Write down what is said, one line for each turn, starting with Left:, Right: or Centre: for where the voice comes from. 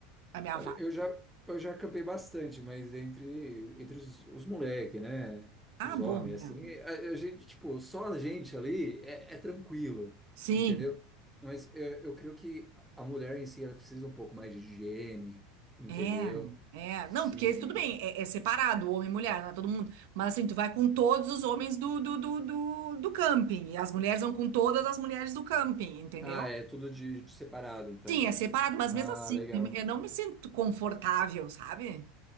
Right: a minha
Centre: Olha,
Right: vibe.
Centre: eu já, eu já acampei bastante, mas entre, entre os, os moleque, né?
Right: Ah,
Centre: Os
Right: bom,
Centre: homens,
Right: né?
Centre: assim, a, a gente, tipo, só a gente ali é, é tranquilo,
Right: Sim.
Centre: entendeu? Mas eu eu, creio que a mulher em si, ela precisa um pouco mais de higiene, entendeu?
Right: É, é.
Centre: Sim.
Right: Não, porque tudo bem, é, é separado, homem e mulher, não é todo mundo. Mas assim, tu vai com todos os homens do, do, do, do, do camping. E as mulheres vão com todas as mulheres do camping, entendeu?
Centre: Ah, é tudo de, de separado, então.
Right: Sim, é separado, mas
Centre: Ah,
Right: mesmo assim,
Centre: legal.
Right: eu não me sinto confortável, sabe?